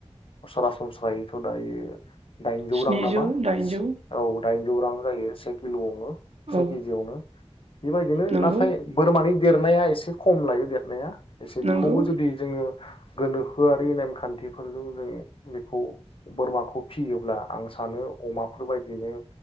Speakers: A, on the left; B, on the right.
A: <unintelligible> सारासनस्रायैथ दायो <inaudible> दाइनजौ
B: स्निजौ
A: रां नामा
B: दाइनजौ
A: औ <unintelligible> दाइनजौ रां जायो <inaudible> किल'आवनो से
B: औ
A: केजियावनो बेबायदिनो
B: नंगौ
A: नाथाय बोरमानि देरनाया एसे खम लायो देरनाया एसे बेखौबो
B: नंगौ
A: जुदि जोङो गोनोखोआरि नेमखान्थिफोरजों जों बेखौ बोरमाखौ फियोब्ला आं सानो अमाफोर बदिनो